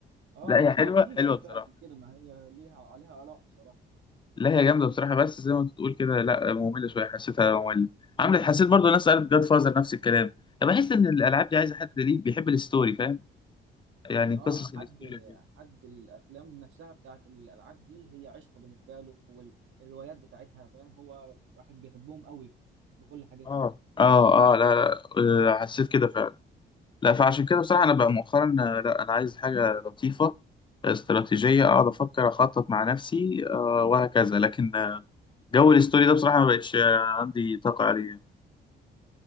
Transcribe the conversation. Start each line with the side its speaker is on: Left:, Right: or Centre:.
Right: اه
Left: لا هي حلوه
Right: لا في
Left: حلوه
Right: ناس فعلا
Left: بصراحه
Right: كده ما هي ليها عليها اراء بصراحه
Left: لا هي جامده بصراحه بس زي ما انت بتقول كده لا ممله شويه حسيتها ممله عملت حسيت برضو الناس قالت جاد فازر نفس الكلام انا بحس ان الالعاب دي عايزه حد ليه بيحب الستوري فاهم يعني
Right: اه
Left: قصص
Right: حد
Left: الستوري كده
Right: حد الافلام نفسها بتاعت الالعاب دي هي عشق بالنسبه له والروايات بتاعتها فاهم هو واحد بيحبهم قوي بكل حاجتهم
Left: اه اه اه لا لا آه، حسيت كده فعلا لا فعشان كده بصراحه انا بقى مؤخرا آه، لا انا عايز حاجه لطيفه استراتيجيه اقعد افكر اخطط مع نفسي آه وهكذا لكن آه، جو الستوري ده بصراحه ما بقتش آه، عندي طاقه عليه يعني.